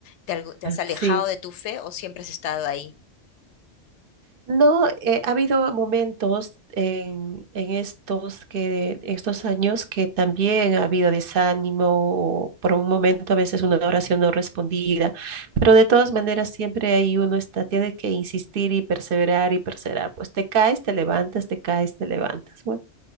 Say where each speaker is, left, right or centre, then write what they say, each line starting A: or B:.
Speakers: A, on the left (about 70°); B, on the right (about 55°).
A: ¿Te, algo- te has alejado
B: Sí.
A: de tu fe o siempre has estado ahí?
B: No, eh, ha habido momentos en, en estos que, estos años que también ha habido desánimo, o por un momento a veces una oración no respondida, pero de todas maneras siempre ahí uno está, tiene que insistir y perseverar y perseverar. Pues te caes, te levantas, te caes, te levantas. Bueno,